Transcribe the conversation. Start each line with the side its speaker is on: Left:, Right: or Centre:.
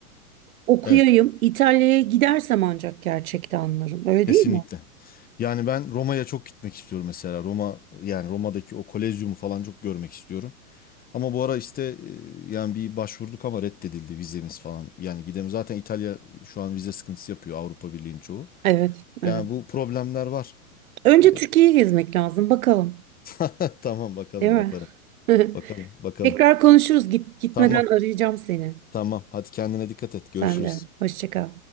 Right: okuyayım.
Left: Evet.
Right: İtalya'ya gidersem ancak gerçekten anlarım. Öyle
Left: Kesinlikle.
Right: değil mi?
Left: Yani ben Roma'ya çok gitmek istiyorum mesela. Roma yani Roma'daki o Kolezyumu falan çok görmek istiyorum. Ama bu ara işte e, yani bir başvurduk ama reddedildi vizemiz falan. Yani gidemiyoruz. Zaten İtalya şu an vize sıkıntısı yapıyor Avrupa Birliği'nin çoğu.
Right: Evet,
Left: Yani
Right: evet.
Left: bu problemler var.
Right: Önce
Left: E,
Right: Türkiye'yi gezmek lazım bakalım,
Left: <laughs> Tamam bakalım
Right: değil mi?
Left: bakalım.
Right: <laughs>
Left: Bakalım bakalım.
Right: Tekrar konuşuruz. Git, gitmeden
Left: Tamam
Right: arayacağım seni.
Left: tamam. Hadi kendine dikkat et. Görüşürüz.
Right: Sen de. Hoşça kal.